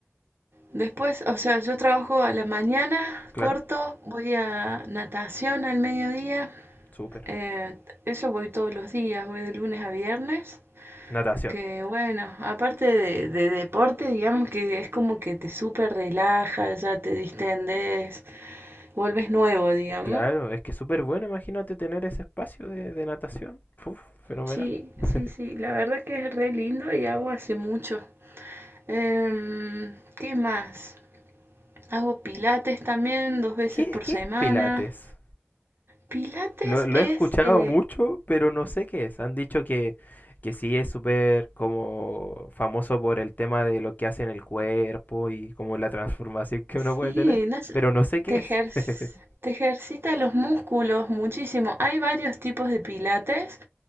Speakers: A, on the right; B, on the left.
A: después, o sea, yo trabajo a la mañana,
B: Claro,
A: corto, voy a natación al mediodía.
B: súper.
A: eh, eso voy todos los días, voy de lunes a viernes.
B: Natación.
A: Que bueno, aparte de, de deporte, digamos que es como que te súper relajas, ya te distendes, vuelves nuevo, digamos.
B: Claro, es que es súper bueno, imagínate tener ese espacio de, de natación. Uf, fenomenal.
A: Sí,
B: <laughs>
A: sí, sí, la verdad que es re lindo y hago hace mucho. Em, ¿qué más? Hago pilates también dos veces
B: ¿Qué,
A: por
B: qué
A: semana.
B: es Pilates?
A: Pilates
B: Lo, lo
A: es,
B: he escuchado
A: eh,
B: mucho, pero no sé qué es. Han dicho que, que sí es súper como famoso por el tema de lo que hace en el cuerpo y como la transformación que uno puede
A: sí,
B: tener,
A: no sé,
B: pero no sé qué
A: te ejer-
B: es. <laughs>
A: te ejercita los músculos muchísimo. Hay varios tipos de pilates.